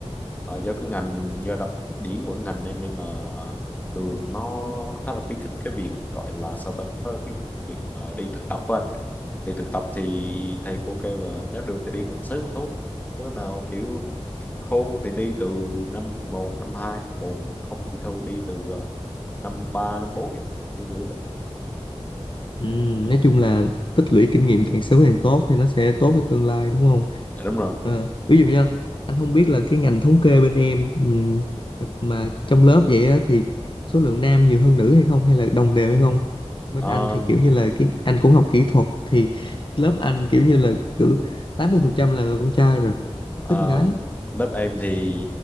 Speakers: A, on the left; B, on the left.
A: ờ, do cái ngành do đặc điểm của ngành em nên là trường nó khá là khuyến khích cái việc gọi là sao ta có khuyến khích việc ờ, đi thực tập với anh thì thực tập thì thầy cô kêu là nếu được thì đi càng sớm một tốt đứa nào kiểu Khôn thì đi từ năm một năm hai Còn không thì thôi đi từ ờ, năm 3 năm 4 vậy Thì kiểu-
B: Ừ, nói chung là tích lũy kinh nghiệm càng sớm càng tốt thì nó sẽ tốt cho tương lai đúng không?
A: Dạ, đúng rồi
B: Ờ, ví dụ nha, anh không biết là cái ngành thống kê bên em ừm, mà trong lớp vậy á, thì số lượng nam nhiều hơn nữ hay không hay là đồng đều hay không? Bên
A: Ờm,
B: anh thì kiểu như là cái anh cũng học kỹ thuật thì lớp anh kiểu như là cứ 80% là con trai rồi,
A: ờ,
B: ít con gái lắm.
A: Lớp em thì